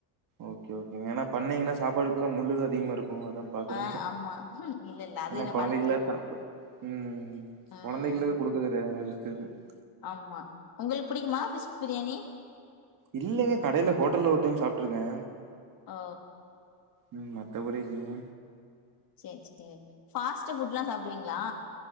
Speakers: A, on the right; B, on the left.
A: ஓகே ஓகேங்க ஏனா பண்ணீங்கன்னா சாப்பாடு ஃபுல்லா முள் தா அதிகமா இருக்கு அதா பாக்குறேன்
B: ஆ ஆமா ம் இல்ல இல்ல அது
A: எனா
B: எனக்கு
A: கொழந்தைகள்லா
B: பண்ண தெரியாது
A: சாப்பா ம்
B: ம்
A: கொழந்தைகலா கொடுக்க <inaudible>
B: ஆமா உங்களுக் பிடிக்குமா ஃபிஷ் பிரியாணி
A: இல்லங்க கடைல ஹோட்டல்ல ஒரு டைம் சாப்ட்டுருக்கே
B: ஓ
A: ம் மத்தபடி இல்லைங்க
B: சேர் செ ஃபாஸ்ட் ஃபுட்லா சாப்டுவீங்ளா